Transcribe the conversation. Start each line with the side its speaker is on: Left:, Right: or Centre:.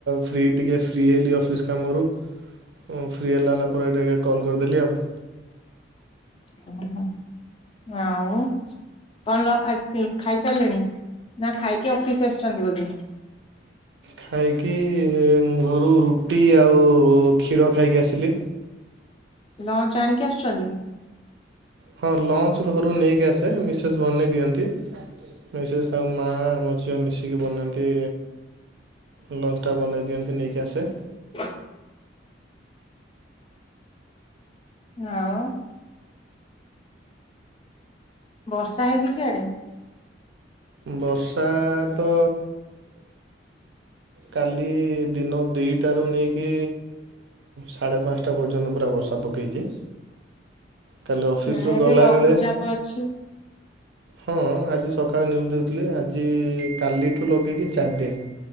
Right: ଫି ଟିକେ ଫ୍ରି ହେଲି ଅଫିସ କାମରୁ ମୁଁ ଫ୍ରି ହେଲା ହେଲା ପରେ ଟିକେ କଲ୍ କରିଦେଲି ଆଉ
Left: ଓ ହୋ ଆଉ କଣ ଆଜି ଖାଇସାରିଲେଣି ନା ଖାଇକି ଅଫିସ ଆସିଛନ୍ତି ବୋଧେ
Right: ଖାଇକି ଘରୁ ରୁଟି ଆଉ କ୍ଷୀର ଖାଇକି ଆସିଲି।
Left: ଲଞ୍ଚ ଆଣିକି ଆସୁଛନ୍ତି
Right: ହଁ ଲଞ୍ଚ ଘରୁ ନେଇକି ଆସେ ମିସେସ୍ ବନେଇ ଦିଅନ୍ତି। ମିସେସ୍ ଆଉ ମା ମୋ ଝିଅ ମିଶିକି ବନାନ୍ତି ଲଞ୍ଚ ଟା ବନେଇ ଦିଅନ୍ତି ନେଇକି ଆସେ
Left: ହ ଆଉ ବର୍ଷା ହେଇଛି ସିଆଡେ
Right: ବର୍ଷା ତ କାଲି ଦିନ ଦିଇ ଟାରୁ ନେଇକି ସାଢ଼େ ପାଞ୍ଚଟ ଟା ପର୍ଯ୍ୟନ୍ତ ପୁରା ବର୍ଷା ପକେଇଛି କାଲି ଅଫିସରୁ
Left: ହୁଁ ଏବେ
Right: ଗଲାବେଳେ
Left: ଲଘୁଚାପ ଅଛି।
Right: ହଁ ଆଜି ସକାଳେ ନ୍ୟୁଜ୍ ଦେଖୁଥିଲି ଆଜି କାଲିଠୁ ଲଗେଇକି ଚାରି ଦିନ